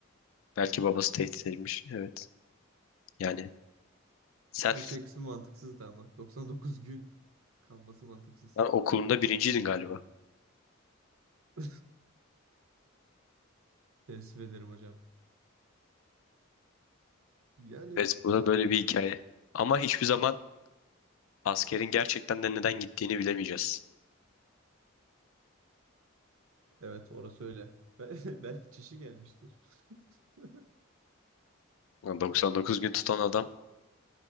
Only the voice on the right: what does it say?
Ayşe kısmı mantıksızdı ama. 99 gün kalması mantıksız.
<laughs> Teessüf ederim hocam. Yani
evet orası öyle. Bel- <laughs> Belki çişi gelmiştir. <laughs>